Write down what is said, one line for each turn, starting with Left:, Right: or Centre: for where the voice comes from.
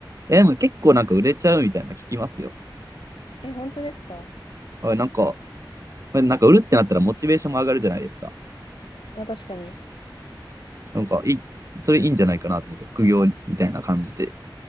Right: え、でも結構なんか売れちゃうみたいな聞きますよ。
Left: え、本当ですか
Right: あなんか、なんか売るってなったらモチベーションも上がるじゃないですか。
Left: まあ確かに。
Right: なんか、いい、それいいんじゃないかなと思って、副業みたいな感じで。